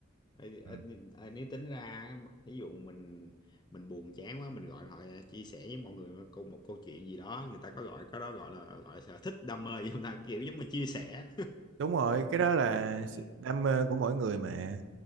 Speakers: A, on the left; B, on the right.
A: Ê, ê,
B: Ừ.
A: ê, nếu tính ra ví dụ mình mình buồn chán quá mình gọi hỏi chia sẻ với mọi người cùng một câu chuyện gì đó người ta có gọi có đó gọi là gọi sở thích đam mê <laughs> gì không ta kiểu giống như chia sẻ
B: đúng rồi cái đó là sự
A: ừ.
B: đam mê của mỗi người mà